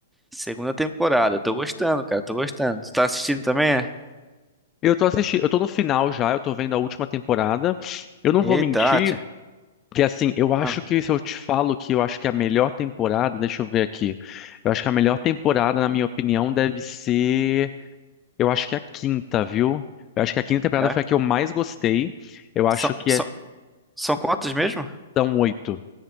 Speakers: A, in the centre; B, on the left.
A: segunda temporada. Eu tô gostando, cara. Tô gostando. Tu tá assistindo também? é?
B: Eu tô assistindo, eu tô no final já, eu tô vendo a última temporada. Eu não
A: Eita,
B: vou mentir,
A: tia.
B: que assim, eu acho
A: Ah,
B: que se eu te falo que eu acho que a melhor temporada, deixa eu ver aqui. Eu acho que a melhor temporada, na minha opinião, deve ser Eu acho que é a quinta, viu? Eu acho que a quinta temporada
A: é?
B: foi a que eu mais gostei. Eu acho
A: São,
B: que
A: são,
B: é-
A: são quantos mesmo?
B: são oito.